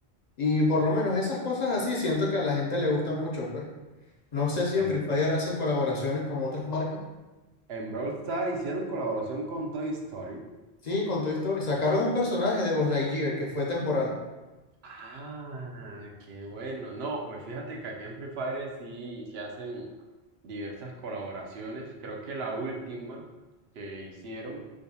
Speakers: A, on the left; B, on the right.
A: Y por lo menos esas cosas así siento que a la gente le gustan mucho, pues. No sé si
B: En,
A: en Free Fire hacen colaboraciones con otras marcas.
B: en Brawl Stars hicieron colaboración con Toy Story.
A: Sí, con Toy Story. Sacaron un personaje de Buzz Lightyear que fue temporal.
B: Ah, qué bueno. No, pues fíjate que aquí en Free Fire sí se hacen diversas colaboraciones. Creo que la última que hicieron,